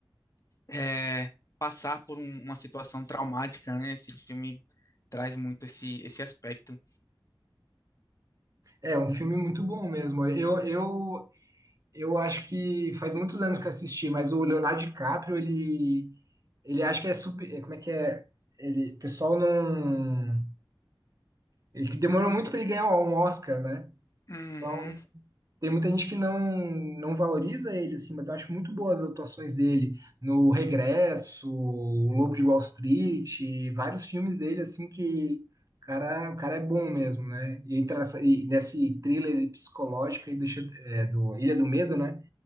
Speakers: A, on the left; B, on the right.
A: é, passar por um- uma situação traumática, né? Esse filme traz muito esse, esse aspecto.
B: É um filme muito bom mesmo. Eu, eu Eu acho que faz muitos anos que eu assisti, mas o Leonardo DiCaprio, ele, ele acha que é super. é, Como é que é? Ele, o pessoal não. Ele que demorou muito para ele ganhar um Oscar, né?
A: Uhum,
B: Então, tem muita gente que não, não valoriza ele, assim, mas eu acho muito boas as atuações dele no Regresso, O Lobo de Wall Street, vários filmes dele, assim, que o cara, o cara é bom mesmo, né? E entra nessa, e nesse thriller psicológico aí do, Ch- é, do Ilha do Medo, né?